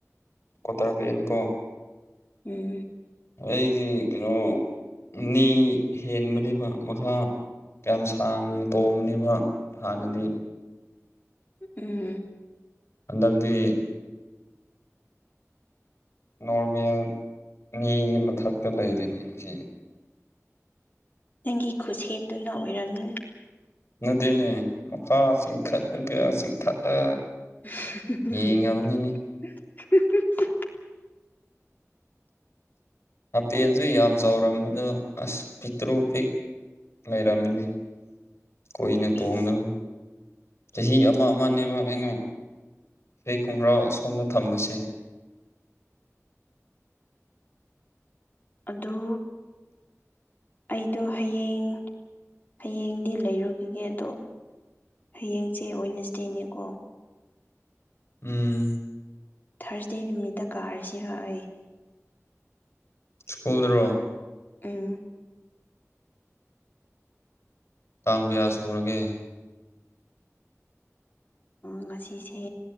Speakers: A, on the left (about 55°); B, on the left (about 35°).
A: ꯀꯇꯥꯔ ꯄꯦꯟꯅꯤ ꯀꯣ
B: ꯎꯝ
A: ꯑꯩꯒꯤ ꯀꯩꯅꯣ ꯅꯤ ꯍꯦꯟꯕꯅꯦꯕ ꯃꯈꯥ ꯌꯥꯝ ꯁꯥꯡꯅ ꯇꯣꯡꯕꯅꯦꯕ ꯍꯥꯟꯅꯗꯤ
B: ꯎꯝ
A: ꯍꯟꯗꯛꯗꯤ ꯅꯣꯔꯃꯦꯜ ꯅꯤꯒꯤ ꯃꯊꯛꯇ ꯂꯩꯔꯤꯅꯤ ꯁꯤ
B: ꯅꯪꯒꯤ ꯈꯨꯠꯁꯦꯠꯇꯨꯅ ꯑꯣꯏꯔꯝꯅꯤ
A: ꯅꯗꯤꯅꯦ ꯃꯈꯥ ꯆꯤꯡꯈꯠꯂꯒ ꯆꯤꯡꯊꯠꯂ
B: <unintelligible>
A: ꯌꯦꯡꯉꯕꯅꯤꯅꯦ ꯍꯥꯄꯦꯟꯁꯨ ꯌꯥꯝ ꯆꯥꯎꯔꯝꯕꯗꯣ ꯑꯁ ꯄꯤꯛꯇ꯭ꯔꯨ ꯄꯤꯛ ꯔꯝꯃꯤꯅꯤ ꯀꯨ
B: ꯄ꯭ꯂꯤꯁ
A: ꯇꯣꯡꯗ ꯆꯍꯤ ꯑꯃ ꯑꯃꯅꯦꯕ ꯑꯩꯅ ꯑꯩ ꯈꯣꯡꯒ꯭ꯔꯥꯎ ꯁꯣꯝꯗ ꯊꯝꯕꯁꯦ
B: ꯑꯗꯨ ꯑꯩꯗꯣ ꯍꯌꯦꯡ ꯍꯌꯦꯡꯗꯤ ꯂꯩꯔꯨꯈꯤꯒꯦ ꯑꯗꯣ ꯍꯌꯦꯡꯁꯦ ꯑꯣꯏꯅꯁꯦꯅꯦꯀꯣ
A: ꯎꯝ
B: ꯊꯥꯔꯁꯗꯦ ꯅꯨꯃꯤꯠꯇ ꯀꯥꯔꯁꯤꯔꯛꯑ ꯑꯩꯦ
A: ꯁ꯭ꯀꯨꯜ꯭ꯔꯣ
B: ꯑꯝ
A: ꯇꯥꯡ ꯀꯌꯥ ꯁꯨꯔꯒꯦ
B: ꯉꯁꯤꯁꯦ